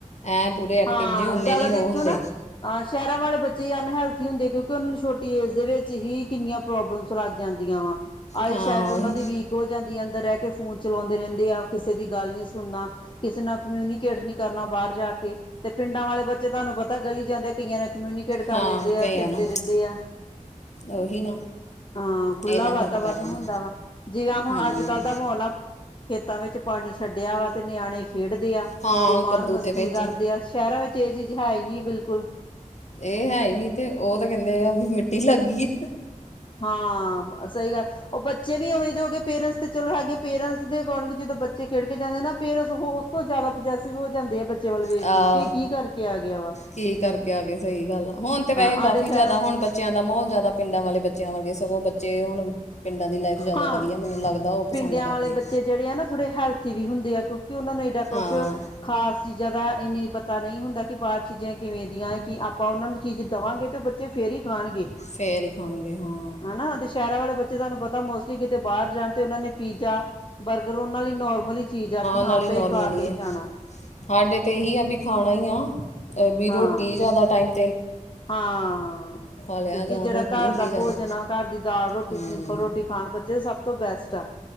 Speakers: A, on the left; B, on the left.
A: ਐਂ ਪੂਰੇ ਐਕਟਿਵ
B: ਹਾਂ,
A: ਜੇ ਓਨੇ
B: ਜ਼ਿਆਦਾ
A: ਨਹੀਂ
B: ਦੇਖਿਓ
A: ਉਹ ਹੁੰਦੇ
B: ਨਾ ਸ਼ਹਿਰਾਂ ਵਾਲੇ ਬੱਚੇ ਅਨ ਹੈਲਥ ਤਹਿਤਹੁੰਦੇ ਕਿਉਂਕਿ ਉਹਨਾਂ ਨੂੰ ਛੋਟੀ ਏਜ ਦੇ ਵਿੱਚ ਹੀ ਕਿੰਨੀਆਂ ਪ੍ਰੋਬਲਮਸ ਲੱਗ ਜਾਂਦੀਆਂ ਵਾ ਆਈ
A: ਹਾਂ
B: ਸ਼ਾਇਦ ਉਹਨਾਂ
A: ਉਹੀ
B: ਦੀ ਵੀਕ ਹੋ ਜਾਂਦੀ ਹੈ ਅੰਦਰ ਰਹਿ ਫੋਨ ਚਲਾਉਂਦੇ ਰਹਿੰਦੇ ਆ ਕਿਸੇ ਦੀ ਗੱਲ ਨੀ ਸੁਣਨਾ, ਕਿਸੇ ਨਾਲ ਕਮਿਊਨੀਕੇਟ ਨੀ ਕਰਨਾ ਬਾਹਰ ਜਾ ਕੇ ਤੇ ਪਿੰਡਾਂ ਵਾਲੇ ਬੱਚੇ ਤੁਹਾਨੂੰ ਪਤਾ ਗਲੀ ਜਾਂਦੇ ਕਈਆਂ ਨੇ ਕਮਿਊਨੀਕੇਟ ਕਰ
A: ਹਾਂ
B: ਲੈਂਦੇ
A: ਕਈ
B: ਆ ਫਿਰਦੇ
A: ਨਾ
B: ਰਹਿੰਦੇ ਆ,
A: ਉਹੀ ਨਾ
B: ਹਾਂ ਖੁੱਲਾ
A: ਇੰਨਾ
B: ਵਾਤਾਵਰਨ
A: ਫ਼ਰਕ ਪੈ ਜਾਂਦਾ
B: ਹੁੰਦਾ ਵਾ, ਜਿਵੇਂ ਹੁਣ
A: ਹੂੰ
B: ਅੱਜ ਕੱਲ੍ਹ ਦਾ ਮਾਹੌਲ ਆ ਖੇਤਾਂ ਵਿੱਚ ਪਾਣੀ ਛੱਡਿਆ ਵਾ, ਤੇ ਨਿਆਣੇ ਖੇਡਦੇ ਆ,
A: ਹਾਂ
B: ਤੇ ਮਾਰ
A: ਕੱਦੂ
B: ਮਸਤੀ
A: ਦੇ ਵਿੱਚ
B: ਕਰਦੇ
A: ਹੀ
B: ਆ ਸ਼ਹਿਰਾਂ ਵਿੱਚ ਇਹ ਚੀਜ਼ ਹੈ ਹੀ ਨਹੀਂ ਬਿਲਕੁਲ
A: ਇਹ ਹੈ ਹੀ ਨੀ ਤੇ, ਉਹ ਤੇ ਕਹਿੰਦੇ ਵੀ ਮਿੱਟੀ ਲੱਗ ਗਈ ਆ
B: ਹਾਂ, ਸਹੀ ਗੱਲ, ਉਹ ਬੱਚੇ ਵੀ ਉਵੇਂ ਦੇ ਹੋ ਗਏ ਪੇਰੈਂਟਸ ਤੇ ਚਲੋ ਹੈਗੇ ਪੇਰੈਂਟਸ ਦੇਗੇ ਜਦੋਂ ਬੱਚੇ ਖੇਡ ਕੇ ਜਾਂਦੇ ਆ ਨਾ ਪੇਰੈਂਟਸ ਉਹ ਉਸ ਤੋਂ ਜ਼ਿਆਦਾ ਪੋਜੈਸਿਵ ਹੋ ਜਾਂਦੇ ਆ ਬੱਚੇ ਵੱਲ ਵੇਖ
A: ਆਹ,
B: ਕੇ ਕਿ ਕੀ ਕਰਕੇ ਆ ਗਿਆ ਵਾ
A: ਕੀ ਕਰਕੇ ਆ ਗਏ? ਸਹੀ ਗੱਲ ਆ। ਹੁਣ ਤੇ
B: ਹਾਂ
A: ਵੈਸੇ
B: ਸਾਡੇ
A: ਕਾਫ਼ੀ
B: ਸ਼ਹਿਰਾਂ
A: ਜ਼ਿਆਦਾ ਹੁਣ ਬੱਚਿਆਂ ਦਾ ਮਾਹੌਲ ਜ਼ਿਆਦਾ ਪਿੰਡਾਂ ਵਾਲੇ ਬ ਬੱਚਿਆਂ ਵਰਗੇ ਸਗੋਂ ਬੱਚੇ ਹੁਣ ਪਿੰਡਾਂ ਦੀ ਲਾਈਫ ਜ਼ਿਆਦਾ
B: ਹਾਂ
A: ਵਧੀਆ ਮੈਨੂੰ ਲੱਗਦਾ ਉਹ ਪਸੰਦ
B: ਪਿੰਡਿਆਂ
A: ਕਰਦੇ
B: ਵਾਲੇ ਬੱਚੇ ਜਿਹੜੇ ਆ ਨਾ ਥੋੜੇ ਹੈਲਥੀ ਵੀ ਹੁੰਦੇ ਐ ਕਿ ਉਹਨਾਂ ਨੇ ਏਡਾ ਕੁਛ
A: ਹਾਂ
B: ਖਾਸ ਚੀਜ਼ਾਂ ਜ਼ਿਆਦਾ ਇੰਨੀ ਪਤਾ ਨਹੀਂ ਹੁੰਦਾ ਕਿ ਬਾਹਰ ਚੀਜ਼ਾਂ ਕਿਵੇਂ ਦੀਆਂ? ਕਿ ਆਪਾਂ ਉਹਨਾਂ ਨੂੰ ਚੀਜ਼ ਦੇਵਾਂਗੇ ਅਤੇ ਉਹ ਬੱਚੇ ਫਿਰ ਹੀ ਖਾਣਗੇ
A: ਫੇਰ ਹੀ ਖਾਣਗੇ ਹਾਂ।
B: ਹਨਾ ਤੇ ਸ਼ਹਿਰਾਂ ਵਾਲੇ ਬੱਚੇ ਤੁਹਾਨ ਪਤਾ ਕਿਤੇ ਬਾਹਰ ਜਾਣ ਤੇ ਉਹਨਾਂ ਨੇ ਪੀਜ਼ਾ ਬਰਗਰ ਉਹਨਾਂ ਲਈ ਨੋਰਮ ਉਦੀ ਚੀਜ਼ ਆ ਕਿ ਹਾਂ
A: ਨਾਲੇ
B: ਪੇ
A: ਨੋਰਮਲ
B: ਖਾ ਕੇ ਹੀ
A: ਹੈ
B: ਜਾਣਾ
A: ਸਾਡੇ ਤੇ ਇਹੀ ਆ ਵੀ ਖਾਣ ਮੈ ਨਾ ਵੀ
B: ਹਾਂ
A: ਰੋਟੀ ਜਿਆਦਾ ਟਾਇਮ
B: ਹਾਂ
A: ਲਿਆ
B: ਕਿਉਕਿ
A: ਜਾਂ
B: ਜਿਹੜਾ
A: ਰੋਟੀ
B: ਘਰ
A: ਹੁੰਦੀ
B: ਦਾ
A: ਜ਼ਿਆਦਾ
B: ਭੋਜਨ ਆ ਘਰ ਦੀ ਦਾਲ ਰੋਟੀ
A: ਹੂੰ
B: ਸਿੰਪਲ ਰੋਟੀ ਖਾਣ ਬੱਚੇ ਚ ਸਭ ਤੋਂ ਬੈਸਟ ਆ।